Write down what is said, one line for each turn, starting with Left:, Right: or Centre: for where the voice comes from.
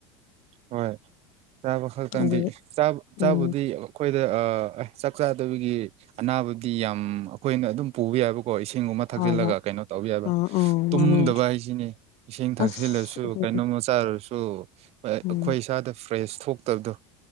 Right: ꯍꯣꯏ ꯆꯥꯕ ꯈꯛꯇꯪꯗꯤ
Left: ꯑꯗꯨꯒꯤ
Right: ꯆꯥ ꯆꯥꯕꯨꯗꯤ
Left: ꯎꯝ
Right: ꯑꯩꯈꯣꯏꯗ ꯆꯥꯛ ꯆꯥꯗꯕꯒꯤ ꯑꯅꯥꯕꯗꯤ ꯌꯥꯝ ꯑꯩꯈꯣꯏꯅ ꯑꯗꯨꯝ ꯄꯨꯕ ꯌꯥꯏꯕꯀꯣ ꯏꯁꯤꯡꯒꯨꯝꯕ ꯊꯛꯆꯤꯜꯂꯒ
Left: ꯍꯣꯏ ꯍꯣꯏ
Right: ꯀꯩꯅꯣ ꯇꯧꯕ ꯌꯥꯕ
Left: ꯑꯥ ꯑꯥ
Right: ꯇꯨꯝꯗꯕ
Left: ꯃꯥꯅꯦ
Right: ꯍꯥꯏꯁꯤꯅꯤ ꯏꯁꯤꯡ ꯊꯛꯆꯤꯜꯂꯁꯨ
Left: ꯑꯁ ꯑꯗꯨꯅꯤ
Right: ꯀꯩꯅꯣꯃ ꯆꯥꯔꯁꯨ ꯑꯩꯈꯣꯏ
Left: ꯎꯝ
Right: ꯏꯁꯥꯗ ꯐ꯭ꯔꯦꯁ ꯊꯣꯛꯇꯕꯗꯣ